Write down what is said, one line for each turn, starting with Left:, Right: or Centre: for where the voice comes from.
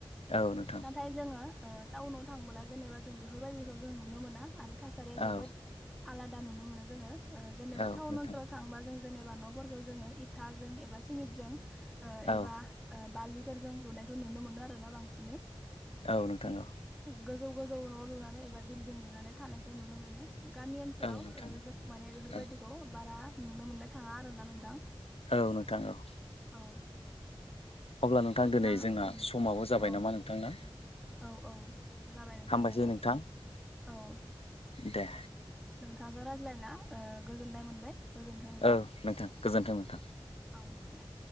Left: औ नोंथां
Centre: नाथाय जोङो ओ टाउनाव थांबोला जेनेबा जों बेफोरबायदिखौ जों नुनो मोना आरो थासारिया जोबोद
Left: औ
Centre: आलादा नुनो मोनो जोङो ओ जेनेबा
Left: औ
Centre: टाउन
Left: नोंथां
Centre: ओनसोलाव थांबा जों जेनेबा न'फोरखौ जों इथाजों एबा सिमिटजों ओ
Left: औ
Centre: एबा बालि फोरजों लुनायखौ नुनो मोनो आरोना बांसिनै
Left: औ नोंथां औ
Centre: गोजौ-गोजौ न' लुनानै एबा बिल्डिं लुनानै थानायखौ नुनो मोनो। गामि ओनसोलाव
Left: औ नोंथां
Centre: जों माने बेफोरबायदि
Left: औ
Centre: बारा नुनो मोननो थाङा आरो ना नोंथां।
Left: औ नोंथां औ
Centre: औ
Left: अब्ला
Centre: नोंथां
Left: दिनै जोंना समाबो जाबाय
Centre: औ
Left: नामा नोंथां ना
Centre: औ औ जाबाय नोंथां
Left: हामबायसै
Centre: नंगौ
Left: नोंथां
Centre: औ
Left: दे
Centre: नोंथांजों रायज्लायना गोजोननाय मोनबाय गोजोनथों नोंथां
Left: औ गोजोन्थों नोंथां
Centre: औ दे